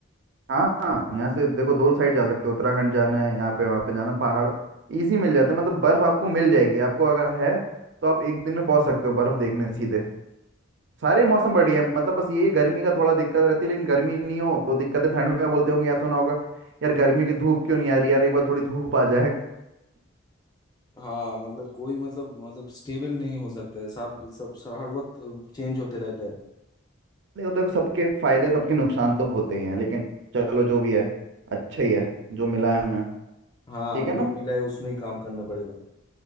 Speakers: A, on the right (about 55°); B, on the left (about 20°).
A: हाँ हाँ यहाँ से देखो दो साइड जा सकते हो उत्तराखंड जाना है यहाँ पे वहाँ पे जाना पहाड़ इजी मिल जाते हैं मतलब बर्फ आपको मिल जाएगी आपको अगर है तो आप एक दिन में पहुँच सकते हो बर्फ देखने सीधे सारे मौसम बढ़िया है मतलब बस ये गर्मी का थोड़ा दिक्कत रहती है लेकिन गर्मी नहीं हो तो दिक्कत है ठंड में बोलते होंगे यार सुना होगा यार गर्मी की धूप क्यों नहीं आ रही यार एक बार थोड़ी धूप आ जाए
B: हाँ मतलब कोई मतलब मतलब स्टेबल नहीं हो सकता है सब सब सब- हर वक्त चेंज होते रहता है
A: देखो देखो सबके फायदे सबके नुकसान तो होते ही हैं लेकिन चलो जो भी है अच्छा ही है जो मिला है हमें
B: हाँ
A: ठीक
B: वो
A: है ना
B: जो मिला है उसमें ही काम करना पड़ेगा